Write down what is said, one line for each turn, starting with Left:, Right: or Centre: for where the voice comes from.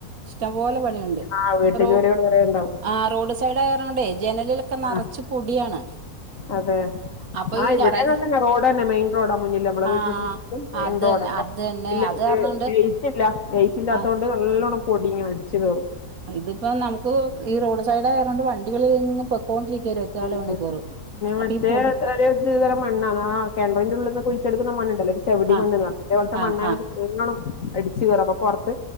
Right: ഇഷ്ടംപോലെ പണിയുണ്ട്
Left: ആഹ് വീട്ട്
Right: റോ
Left: ജോലികൾ കുറെ ഉണ്ടാവും
Right: ആ റോഡ് സൈഡ് ആയാർന്ന് കൊണ്ട് ജനലിലൊക്കെ നിറച്ച്
Left: ആ
Right: പൊടിയാണ്
Left: അതെ
Right: അപ്പൊ
Left: ആഹ്
Right: ഈ
Left: ഇവിടേതക്കെന്നെ
Right: ഞായറാഴ്ച
Left: റോഡ തന്നെ മെയിൻ റോഡാ മുന്നില്ലേ നമ്മള്
Right: ആ
Left: വീട് മെയിൻ
Right: അത്
Left: റോഡൊക്ക
Right: തന്നെ അത് തന്നെ
Left: ഇല്ല
Right: അത് കാരണംണ്ട്
Left: ഗേറ്റ്ല്ല ഗേറ്റ് ഇല്ലാത്ത
Right: ആ
Left: കൊണ്ട് നല്ലവണ്ണ പൊടി അടിച് കേറും
Right: ഇതിപ്പോം നമുക്ക് ഈ റോഡ് സൈഡ ആയതൊണ്ട് വണ്ടികൾ പൊക്കൊണ്ടിരിക്കയിരിക്കും ഇരുപത്തി
Left: കയറും
Right: നാല് മണിക്കൂറും
Left: പിന്നെ മറ്റേ
Right: അപ്പൊ ഈ പൊടി
Left: അ തം മണ്ണാണ് ആ കിണറിന്റെ ഉള്ളിൽ നിന്ന് കുഴിച്ചെടുക്കുന്ന മണ്ണുണ്ടല്ലോ ഒരു ചെവടി
Right: ആ
Left: മണ്ണന്ന് പറഞ്ഞ അതേപോലത്തെ
Right: ആ
Left: മണ്ണായിണം
Right: ആ
Left: അടിച്ച് കയറും അപ്പൊ പുറത്ത്